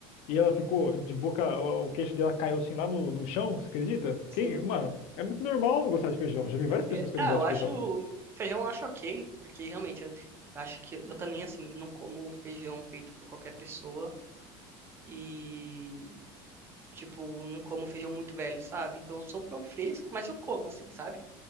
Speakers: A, on the left (about 60°); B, on the right (about 20°).
A: E ela ficou de boca, o, o queixo dela caiu assim lá no, no chão, você acredita?
B: Sim.
A: Quem, mano, é muito normal não gostar de feijão. Já vi várias pessoas
B: É,
A: que
B: ah,
A: não gostam
B: eu
A: de
B: acho,
A: feijão.
B: feijão eu acho ok, porque realmente eu acho que eu também, assim, não como feijão feito por qualquer pessoa e, tipo, não como feijão muito velho, sabe? Então eu sou um pouco fresco, mas eu como, assim, sabe?